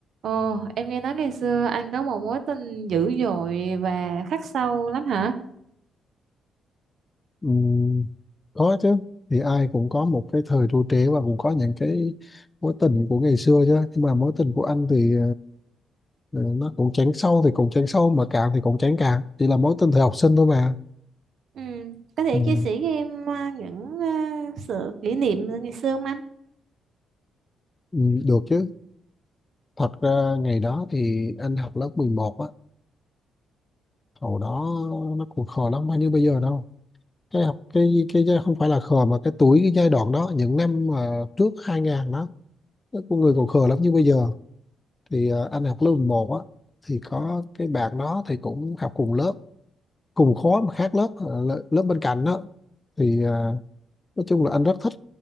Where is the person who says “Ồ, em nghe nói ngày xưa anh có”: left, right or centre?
Right